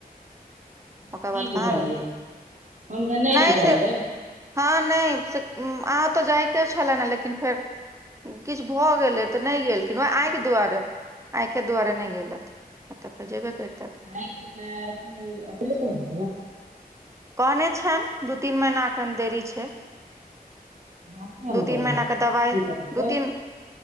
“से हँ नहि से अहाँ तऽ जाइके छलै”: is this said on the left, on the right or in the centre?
Right